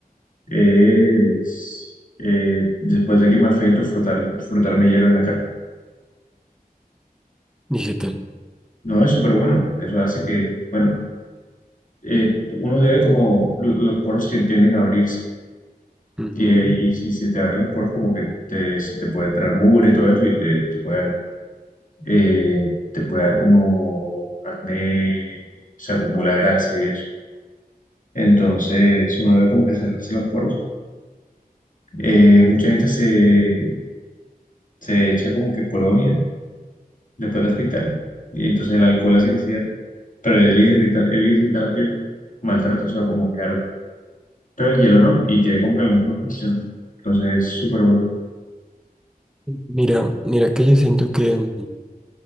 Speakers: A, on the left; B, in the centre.
A: Es eh, después de que me afeito, frotar, frotarme hielo en la cara.
B: ¿Y qué tal.
A: No, es súper bueno. Eso hace que, bueno, eh, uno debe como lo- los poros ti- tienden a abrirse.
B: Ujú.
A: Y, eh, y si se te abren los poros, como que te, se te puede entrar mugre y todo eso, y te, te puede dar, eh, te puede dar como acné, se acumula grasa y eso. Entonces, uno debe como que cerrarse los poros. Eh, mucha gente se, se echa como que colonia después de afeitar y entonces el alcohol hace que cierre, pero él irrita, él irrita la piel, maltrato, o sea, como que arde. Pero el hielo no, y tiene como que la misma función, entonces es súper bueno.
B: Mira, mira que yo siento que,